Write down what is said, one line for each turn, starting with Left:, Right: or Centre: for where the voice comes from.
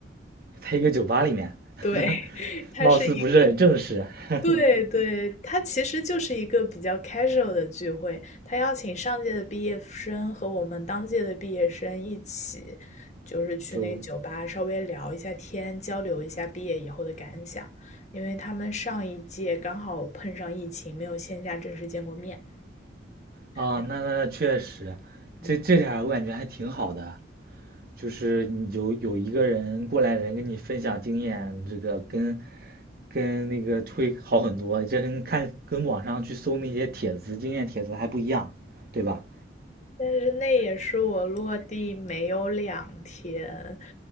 Right: 在一个酒吧里面，<laughs>
Left: 对，<laughs> 他是一
Right: 貌似不是很正式，<laughs>
Left: 对对，他其实就是一个比较 casual 的聚会，他邀请上届的毕业生和我们当届的毕业生一起，就是去那个酒吧稍微聊一下天，
Right: 就
Left: 交流一下毕业以后的感想，因为他们上一届刚好碰上疫情，没有线下正式见过面。
Right: 啊，
Left: 然
Right: 那那那确实，
Left: 嗯，
Right: 这这点儿我感觉还挺好的，就是你有有一个人过来人跟你分享经验，这个跟跟那个会好很多，这跟看跟网上去搜那些帖子经验帖子还不一样，对吧？
Left: 但是那也是我落地没有两天，